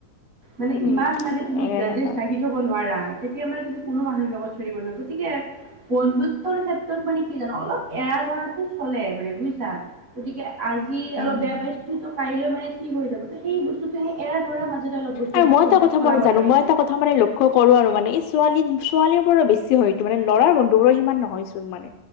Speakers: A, on the right (about 30°); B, on the left (about 80°).
A: মানে
B: উম,
A: ইমান মানে
B: কি
A: তুমি গ্ৰাজেশ
B: এলাকা।
A: ৰাখি থব নোৱাৰা, তেতিয়া মানে তুমি কোনো মানুহৰ লগত চলিব নোৱাৰা, গতিকে- বন্ধুত্বৰ ক্ষেত্ৰত মানে কি জানো অলপ এৰা ধৰাটো চলে মানে বুজিছা, গতিকে- আজি
B: উম।
A: অলপ বেয়া পাইছো ত' কাইলৈ মানে ঠিক হৈ যাব? ত' সেই বস্তু- টো সেই এৰা ধৰা মাজেৰে অলপ বস্তুবোৰ
B: আৰু মই এটা
A: চলিব
B: কথা
A: চলাব
B: মানে জানো
A: লাগে।
B: মই এটা কথা মানে লক্ষ্য কৰো আৰু মানে, এই ছোৱাল ছোৱালীবোৰৰে বেছি হয়টো মানে লৰাৰ বন্ধু বোৰৰ সিমান নহয়। চোন মানে